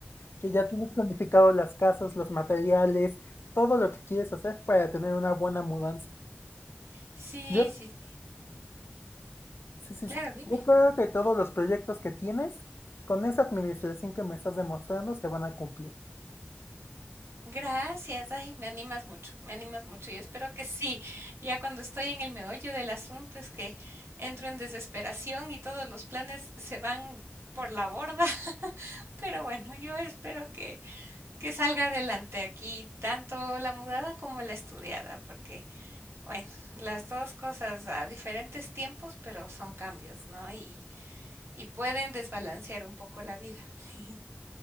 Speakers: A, on the left; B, on the right.
A: que ya tienes planificado las casas, los materiales, todo lo que quieres hacer para tener una buena mudanza.
B: Sí,
A: Yo,
B: sí, sí,
A: sí, sí,
B: claro,
A: sí,
B: dime.
A: yo creo que todos los proyectos que tienes, con esa administración que me estás demostrando, se van a cumplir
B: Gracias, ay, me animas mucho, me animas mucho. Yo espero que sí. Ya cuando estoy en el meollo del asunto es que entro en desesperación y todos los planes se van por la borda. <laughs> Pero bueno, yo espero que, que salga adelante aquí tanto la mudada como la estudiada, porque bueno, las dos cosas a diferentes tiempos, pero son cambios, ¿no? Y, y pueden desbalancear un poco la vida. <laughs>